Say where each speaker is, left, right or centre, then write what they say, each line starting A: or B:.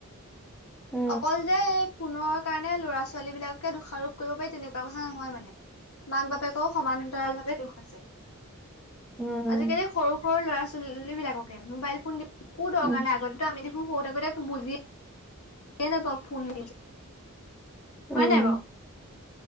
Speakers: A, in the centre; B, on the left.
A: উম
B: অকল যে পুনৰ কাৰণে ল'ৰা ছোৱালী বিলাকে দুষাৰোপ কৰিব পাৰি তেনেকুৱা কথা নহয় মানে মাক বাপেকেও সমান্তৰাল ভাৱে দুখ আছে
A: উম উম।
B: আজিকালি সৰু সৰু ল'ৰা ছোৱালী বিলাককে মোবাইল ফোন দি কো দৰকাৰ
A: উম
B: নাই আগত ত আমি দেখ সত থোতে বুজি স নাই বাৰু ফোন হয়
A: উম
B: নাই বাৰু